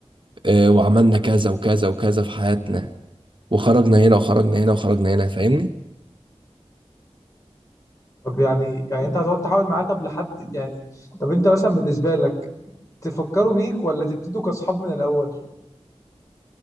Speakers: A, on the right (about 45°); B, on the left (about 30°).
A: آه، وعملنا كذا وكذا وكذا في حياتنا وخرجنا هنا وخرجنا هنا وخرجنا هنا فاهمني
B: طب يعني يعني انت هتقعد تحاول معاه طب لحد يعني طب انت مثلا بالنسبة لك تفكروا بيك ولا تبتدوا كأصحاب من الأول